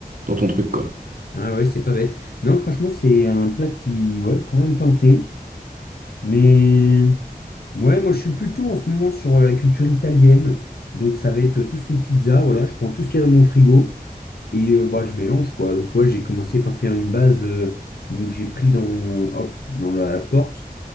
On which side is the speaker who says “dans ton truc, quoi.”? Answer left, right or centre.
Right